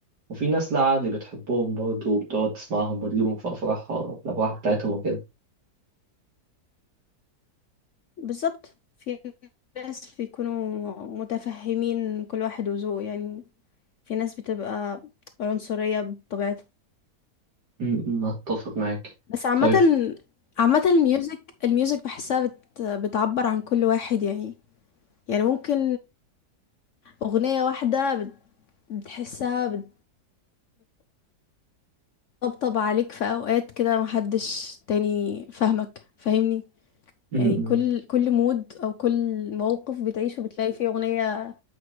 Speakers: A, on the right; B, on the left.
A: وفي ناس لا عادي بتحبهم برضه وبتقعد تسمعهم وتجيبهم في افراحها في الافراح بتاعتهم وكده
B: بالظبط في ناس بيكونوا متفهمين كل واحد وذوقه يعني في ناس بتبقى عنصرية بطبيعتها
A: مم، مم، اتفق معاك
B: بس عامة
A: طيب
B: عامة الميوزك الميوزك بحسها بت... بتعبر عن كل واحد يعني يعني ممكن أغنية واحدة بت- بتحسها بت- بتطبطب عليك في أوقات كده محدش تاني فاهمك فاهمني
A: مم،
B: يعني
A: مم.
B: كل كل مود أو كل موقف بتعيشه بتلاقي فيه أغنية